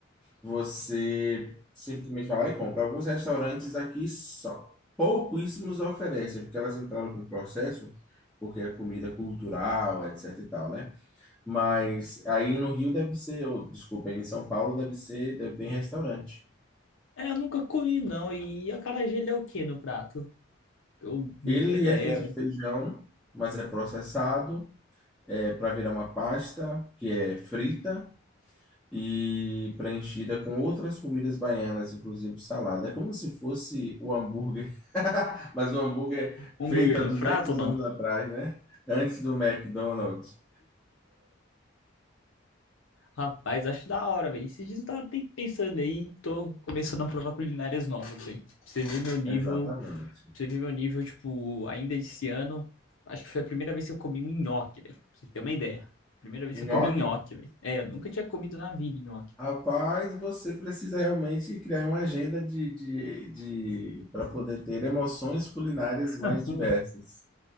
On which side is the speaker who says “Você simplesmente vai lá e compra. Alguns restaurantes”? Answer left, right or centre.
Centre